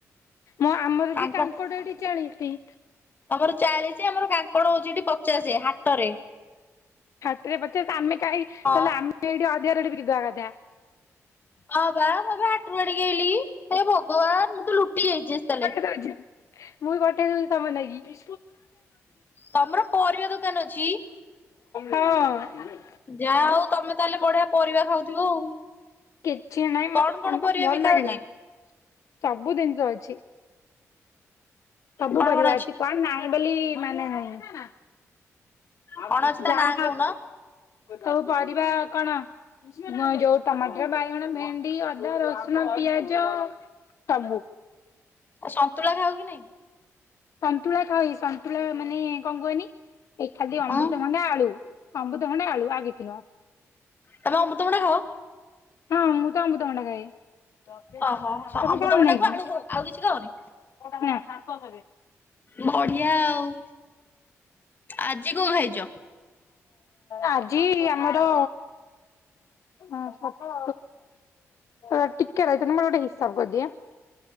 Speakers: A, on the left; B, on the left.
A: ମୁଁ ଆମର
B: କାଙ୍କଡ
A: ବି କାଙ୍କଡ଼ ଏଠି ଚାଳିସି।
B: ତମର ଚାଳିସି ଆମର କାଙ୍କଡ଼ ହଉଛି ଏଠି ପଚାଶେ ହାଟରେ।
A: ହାଟରେ ପଚାଶ ଆମେ କାହିଁ
B: ହଁ
A: ତାହେଲେ ଆମେ ଏଇଠି ଅଧିକା ରେଟରେ ବିକିଦେବା କଥା।
B: ହଁ ବା ମୁଁ ବା ହାଟରୁ ଆଣିକି ଆଇଲି ହେ ଭଗବାନ ମୁଁ ତ ଲୁଟି ଯାଇଛି ତାହେଲେ।
A: <unintelligible> ମୁବି ପଠେଇ ଦଉଛି ତମ ଲାଗି।
B: ତମର ପରିବା ଦୋକାନ ଅଛି
A: ହଁ।
B: ଯାହା ହଉ ତମେ ତାହେଲେ ବଢ଼ିଆ ପରିବା ଖାଉଥିବ ଆଉ।
A: କିଛି ନାହିଁ ମତେ
B: କଣ କଣ
A: ମତେ
B: ପରିବା
A: ଭଲ
B: ବିକା
A: ଲାଗିଲା
B: ହଉଛି
A: ସବୁ ଜିନିଷ ଅଛି। ସବୁ
B: କଣ
A: ପରିବା
B: କଣ
A: ଅଛି କଣ ନାହିଁ ବୋଲି ମାନେ ନାହିଁ।
B: କଣ ଅଛି ତା
A: ଯାହା
B: ନାଁ କହୁନ?
A: ସବୁ ପରିବା କଣ? ଯୋଉ ଟମାଟର ବାଇଗଣ ଭେଣ୍ଡି ଅଦା ରସୁଣ ପିଆଜ ସବୁ।
B: ଆଉ ସନ୍ତୁଳା ଖାଉ କି ନାଇଁ?
A: ସନ୍ତୁଳା ଖାଅଇ ସନ୍ତୁଳା ମାନେ କଣ କୁହନି ଏଇ ଖାଲି ଅମୃତଭଣ୍ଡା
B: ହଁ
A: ଆଳୁ। ଅମୃତଭଣ୍ଡା ଆଳୁ ଆଉକିଛି ନୁହଁ।
B: ତମେ ଅମୃତଭଣ୍ଡା ଖାଅ।
A: ହଁ ମୁଁ ତ ଅମୃତଭଣ୍ଡା ଖାଏ।
B: ଓହୋ
A: ତମେ
B: ଅମୃତଭଣ୍ଡାକୁ
A: ଖାଅନାକି
B: ଆଳୁ ଖାଅ ଆଉ କିଛି ଖାଅନି
A: ହଁ।
B: ବଢ଼ିଆ ଆଉ। ଆଜି କଣ ଖାଇଛ?
A: ଆଜି ଆମର ହଁ ସାତ ଆ ଟିକେ ରହିଥା ମୋର ଗୋଟେ ହିସାବ କରିଦିଏ।